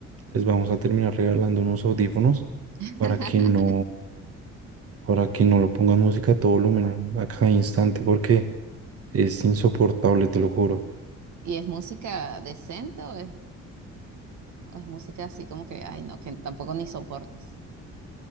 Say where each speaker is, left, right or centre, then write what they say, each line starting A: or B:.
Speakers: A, on the right; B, on the right.
A: les vamos a terminar regalando unos audífonos
B: <laughs>
A: para que no, para que no lo pongan música a todo volumen a cada instante, porque Es insoportable, te lo juro.
B: ¿Y es música decente o es, o es música así como que, ay, no, que tampoco ni soportas?